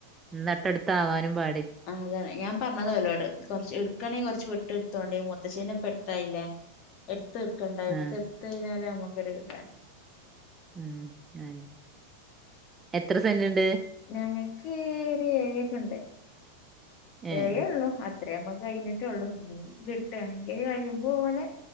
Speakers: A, on the right (about 15°); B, on the left (about 40°).
A: നട്ടട്ത്താവാനും പാ
B: ആ താണ് ഞാൻ പറഞ്ഞതോലോട് കൊർച് ഇട്ക്കാണെങ്കി കൊർച്ച് വിട്ട് ഇട്ത്തോണ്ടി മു ത്തച്ചിന്നെ ഇപ്പ എടുത്തായില്ലേ എടുത്ത് ഇട്ക്കണ്ട എട്ത്ത്
A: ആഹ്
B: ഇട്ത്ത് കഴിഞ്ഞാല് നമുക്കൊരു താണ്
A: ഉം ഉം എത്ര സെന്റ്
B: ഞങ്ങക്ക് ഒരു ഏഴ് ക്കെ ണ്ട്.
A: ഏഹ്
B: ഏയൊള്ളു അത്രേമ്മക്ക് കഴിഞ്ഞിട്ട് ള്ളു. ഇനി കിട്ടാണെങ്കിൽ കഴിയുമ്പോലെ.